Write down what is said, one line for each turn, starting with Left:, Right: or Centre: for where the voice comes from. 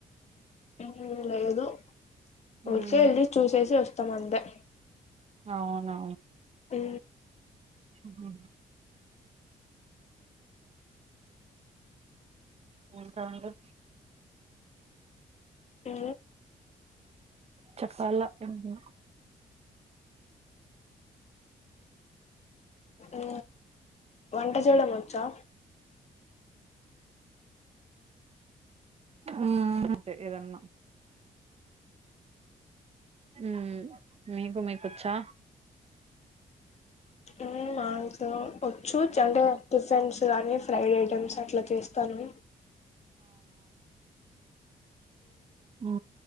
Left: ఊ ఏదో
Right: ఉమ్
Left: ఊరికే ఎళ్ళి చూసేసి వస్ త్తమందే
Right: అవునా
Left: ఊ
Right: ఊహూ ఇంకా అండి
Left: ఊ
Right: చెప్పాలా ఊహూ
Left: ఊ వంట చేయడం వచ్చా
Right: ఆ అంతే ఏదన్నా ఊ మీకు మీకొచ్చా
Left: ఊ మాకు వచ్చు చంటే టిఫెన్స్ కానీ ఫ్రైడ్ ఐటమ్స్ అట్లా చేస్తాను
Right: ఊ